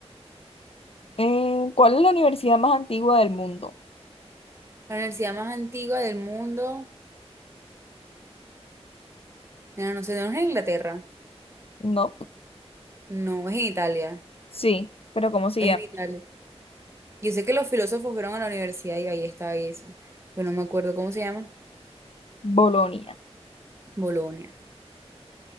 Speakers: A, on the left; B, on the right.
A: Eh, ¿cuál es la universidad más antigua del mundo?
B: La universidad más antigua del mundo. No, no sé, no es en Inglaterra.
A: No,
B: No, es en Italia.
A: sí, pero ¿cómo se
B: Es
A: llama?
B: en Italia. Yo sé que los filósofos fueron a la universidad y ahí está eso. Pero no me acuerdo cómo se llama.
A: Bolonia.
B: Bolonia.